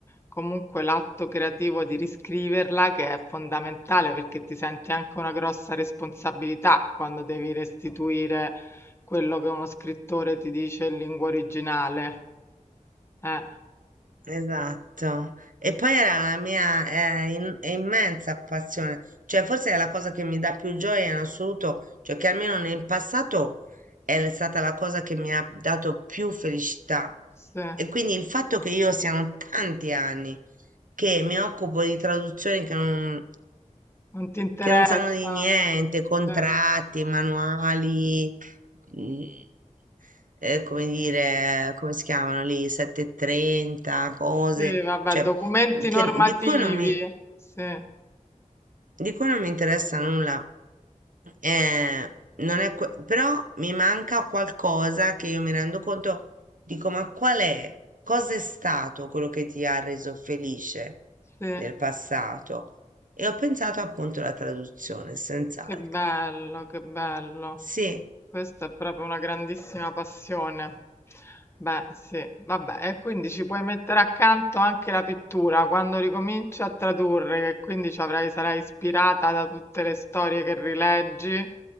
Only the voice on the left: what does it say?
comunque l'atto creativo di riscriverla che è fondamentale perché ti senti anche una grossa responsabilità quando devi restituire quello che uno scrittore ti dice in lingua originale. Eh,
sì,
non ti interessa?
Sì,
sì, vabbè,
documenti
normativi.
Sì,
sì,
che bello, che bello.
Questa è proprio una grandissima passione. Beh, sì, vabbè, e quindi ci puoi mettere accanto anche la pittura quando ricominci a tradurre, che quindi ci avrai, sarai ispirata da tutte le storie che rileggi,